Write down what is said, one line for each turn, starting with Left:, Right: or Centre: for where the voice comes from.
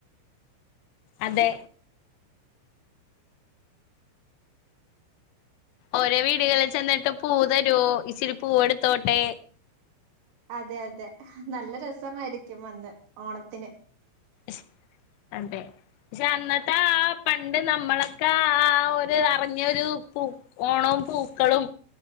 Left: അതെ ഓരോ വീടുകളിൽ ചെന്നിട്ട് പൂ തരുവോ ഇച്ചിരി പൂവ എടുത്തോട്ടെ
Right: അതെ അതെ നല്ല രസമായിരിക്കും അന്ന് ഓണത്തിന്
Left: സ് അതെ പക്ഷെ അന്നത്തെ ആ പണ്ട് നമ്മളൊക്കെ ആ ഒരു അറിഞ്ഞൊരു പൂ ഓണവും പൂക്കളും